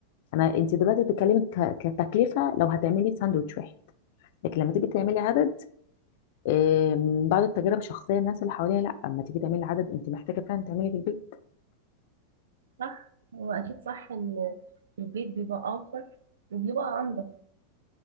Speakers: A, on the left; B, on the right.
A: انا انت دلوقتي بتتكلمي ك- كتكلفه لو هتعملي ساندوتش واحد لكن لما تيجي تعملي عدد آه، من بعض التجارب الشخصيه الناس اللي حواليها لا اما تيجي تعملي عدد انت محتاجه فعلا تعملي في البيت
B: صح هو أكيد صح إن في البيت بيبقى أوفر وبيبقى أنضف